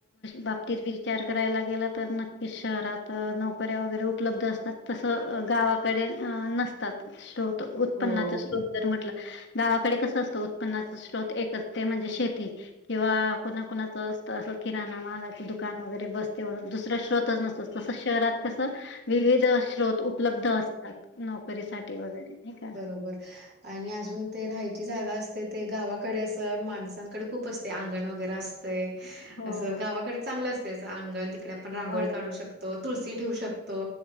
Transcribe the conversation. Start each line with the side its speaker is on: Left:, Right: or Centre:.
Left: बाबतीत विचार करायला गेला तरन कि शहरात नोकऱ्या वगैरे उपलब्ध असतात तसं गावा कडे नसतात स्त्रोत उत्पन्नाचे
Right: हो,
Left: स्रोत म्हटल गावाकडे कसं असतं उत्पन्ना श्रोत एकच ते म्हणजे शेती किंवा कुणा कुणाच असत असं किराणा मालाचं दुकान वगैरे बस तेवढं दुसरे श्रोतच नसत तसं शहरात कसं विविध स्रोत उपलब्ध असतात नोकरीसाठी वगैरे नायीका
Right: बर आणि अजून ते राहायची जागा असते ते गावाकडे असं माणसांकडे खूप असते अंगण वगैरे असं तय
Left: हो
Right: गावाकडे चांगलं असतय असं अंगण तिकडे आपण रांगोळी
Left: हो
Right: काढू शकतो तुळशी ठेवू शक तो